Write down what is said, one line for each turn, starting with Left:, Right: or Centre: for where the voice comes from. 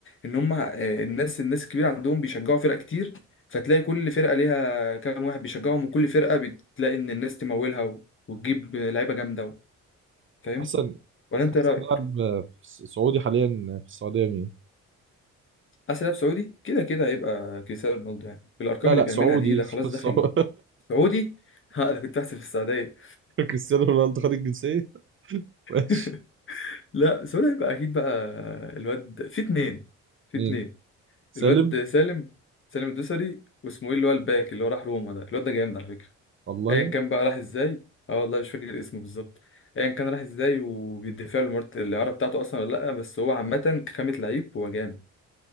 Left: ان هم آه، الناس الناس الكبيره عندهم بيشجعوا فرق كتير فتلاقي كل فرقه ليها كام واحد بيشجعهم وكل فرقه بتلاقي ان الناس تمولها و- وتجيب لعيبه جامده و- فاهم
Right: احسن
Left: ولا انت
Right: احسن
Left: إيه رايك
Right: لاعب آه، س- سعودي حاليا في السعودية مين؟
Left: اسلاب سعودي كده كده هيبقى كريستيانو رونالدو يعني بالارقام
Right: لا
Left: اللي
Right: لا
Left: بيعملها
Right: سعودي
Left: دي ده خلاص
Right: <laughs> سعودي.
Left: داخل سعودي <laughs> ها انا كنت بحسب في السعوديه
Right: كريستيانو رونالدو خد الجنسية <laughs> ماشي
Left: <laughs> لا سؤال هيبقى اكيد بقى الواد في اتنين في
Right: مين؟
Left: اتنين
Right: سالم
Left: الواد سالم سالم الدوسري واسمه ايه اللي هو الباك اللي هو راح روما ده الواد ده جامد على فكره
Right: والله
Left: ايا كان بقى راح ازاي اه والله مش فاكر اسمه بالظبط ايا كان راح ازاي وبيدفع له مرت الاعاره بتاعته اصلا ولا لا بس هو عامه كخامه لعيب هو جامد